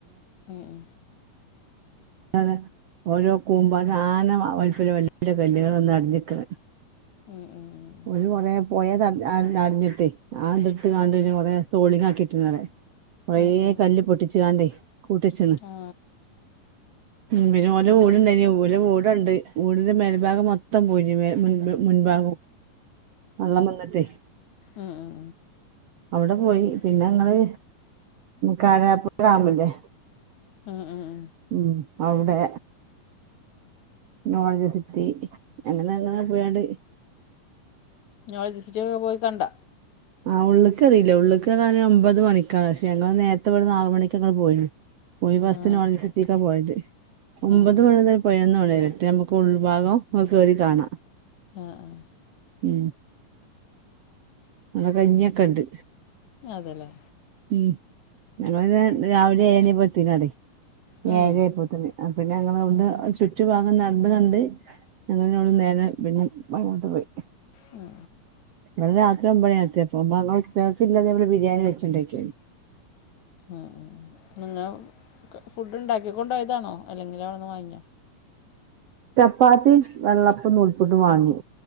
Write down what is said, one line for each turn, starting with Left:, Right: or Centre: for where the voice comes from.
Left: ഉം ഉം
Right: <unintelligible> ഓരോ കൂമ്പനാന വലിപ്പല്ലേ വല്ല്യകല്ല്കൾ വന്നാ അടിഞ്ഞ്ക്ക്ണെ
Left: ഉം ഉം ഉം
Right: ഓല് കൊറെ പോയന്നറ <unintelligible> നറഞ്ഞ്ട്ടെ അത്ട്ട്ക്കാണ്ടോര്
Left: ഉം
Right: കൊറെ ടൊളിങ്ങാക്കിട്ട്ക്ക്ണോവ്ടെ കൊറേ
Left: ഉം ഉം ഉം
Right: കല്ല് പൊട്ടിച്ച്ക്കാണ്ടെ കൂട്ട്യച്ച്ണ്
Left: ആ
Right: ഉം പിന്നെ ഓന്റെ വ്ട്ണ്ടായിനി ഓലെ വ്ട്ണ്ട് വ്ടിന്റെ മേൽഭാഗം മൊത്തം പോയിനി ബെ മുൻപ് മുൻഭാഗും വള്ളം വന്ന്ട്ടേ
Left: ഉം ഉം
Right: അവ്ടെ പോയി പിന്നെ ഞങ്ങള് കാരപ്പുഴ ഡാംല്ലേ
Left: ഉം ഉം ഉം
Right: ഉം അവ്ടെ നോളജ്‌ സിറ്റി അങ്ങനെങ്ങനാണ്ട് പോയാണ്ട്
Left: നോളജ്സിറ്റിയൊക്കെ പോയി കണ്ടാ
Right: ആഹ് ഉള്ള്ക്ക് കേറില്ല ഉള്ള്ക്ക് കേറാന് ഒമ്പത് മണിക്കാണ് പക്ഷെ ഞങ്ങള് നേരത്തെ ആറ് മണിക്ക്ങ്ങള് പോയ്ണ് പോയി ഫസ്റ്റ്
Left: ആ
Right: നോളജ്സിറ്റിക്കാ പോയത് ഒമ്പത്
Left: ആ ആ
Right: മണി മുതൽ പതിനൊന്ന് മണിവരെറ്റേ നമുക്ക് ഉൾഭാഗം കേറി കാണാം
Left: ആഹ്
Right: ഉം നല്ല കഞ്ഞിക്കെണ്ട്
Left: അതെല്ലേ
Right: ഉം ഞങ്ങളോര് രാവിലെ ഏഴ് ണിയപ്പോ എത്തീനാടെ
Left: ഉം,
Right: ഏഴരായപ്പൊത്തിന് ആഹ് പിന്നെ ഞങ്ങള് അവ്ടെ ചുറ്റുഭാഗം നടന്ന് കണ്ട് ഞങ്ങളോവ്ട്ന്ന് നേരെ പിന്നെ വയനാട്ട് പോയി
Left: ഉം
Right: ഇബടെ രാത്രി ഒമ്പണ്യായി എത്തിയപ്പോ <unintelligible> ഞങ്ങള് ഉച്ചക്ക്ല്ലത് ബിരിയാണി വെച്ച്ണ്ടോയേക്കേനി
Left: ആഹ് നിങ്ങ ഫുഡ് ഉണ്ടാക്കിക്കൊണ്ടോയതാണോ അല്ലെങ്കിൽ അവിടെന്ന് വാങ്യാ
Right: ചപ്പാത്തി വെള്ളപ്പം നൂൽപ്പുട്ടും വാങ്ങി